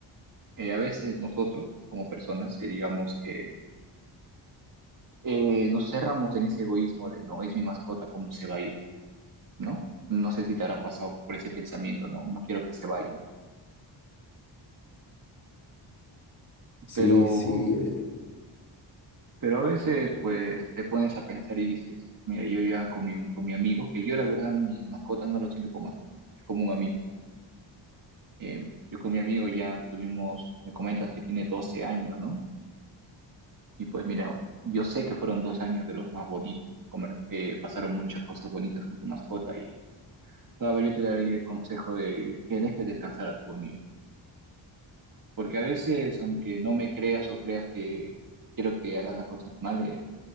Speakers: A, on the right; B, on the left.
A: Eh, a veces nosotros, como personas, eh, digamos que eh, nos cerramos en ese egoísmo de no, es mi mascota, ¿cómo se va a ir? ¿No? No sé si te habrá pasado por ese pensamiento, no, no quiero que se vaya.
B: Sí,
A: Pero
B: sí. eh,
A: Pero a veces, pues, te pones a pensar y dices, mira, yo ya con mi, con mi amigo, que yo la verdad, mis mascotas no lo siento como mascotas, es como un amigo. Eh, yo con mi amigo ya tuvimos, me comentas que tiene 12 años, ¿no? Y pues mira, yo sé que fueron dos años de los más bonitos, comer- eh, pasaron muchas cosas bonitas con tu mascota y tal vez yo te daría el consejo de que dejes descansar a tu amigo. Porque a veces, aunque no me creas o creas que quiero que hagas las cosas mal, eh,